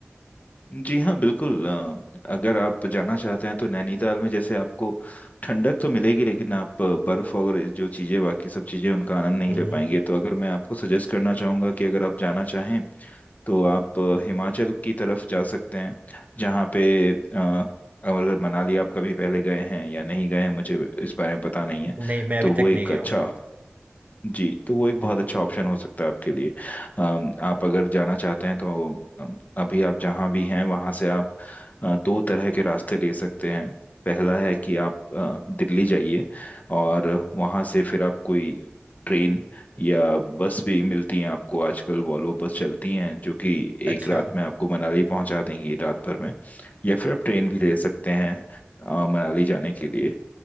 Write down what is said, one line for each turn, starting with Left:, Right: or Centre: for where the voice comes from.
Left: जी हाँ बिल्कुल अ, अगर आप जाना चाहते हैं तो नैनीताल में जैसे आपको ठंडक तो मिलेगी लेकिन आप बर्फ़ और ये जो चीज़ें बाकी सब चीज़ें उनका आनंद नहीं
Right: हम्म
Left: ले पाएंगे तो अगर मैं आपको सजेस्ट करना चाहूँगा कि अगर आप जाना चाहें तो आप अ, हिमाचल की तरफ जा सकते हैं जहाँ पे अ, अगर मनाली आप कभी पहले गए हैं या नहीं गए हैं मुझे इस बारे में पता नहीं है
Right: नहीं मैं अभी
Left: तो वो
Right: तक
Left: एक
Right: नहीं गया
Left: अच्छा
Right: हूँ
Left: जी तो वो एक बहुत
Right: हम्म,
Left: अच्छा ऑप्शन हो सकता है आपके लिए अम, आप अगर जाना चाहते हैं तो अम, अभी आप जहाँ भी हैं वहाँ से आप अ, दो तरह के रास्ते ले सकते हैं पहला है कि आप अ, दिल्ली जाइए और वहाँ से फिर आप कोई ट्रेन या बस भी मिलती है आपको आजकल वॉल्वो बस चलती हैं जो कि
Right: अच्छा
Left: एक रात में आपको मनाली पहुँचा देंगी रात भर में या फिर आप ट्रेन भी ले सकते हैं अ, मनाली जाने के लिए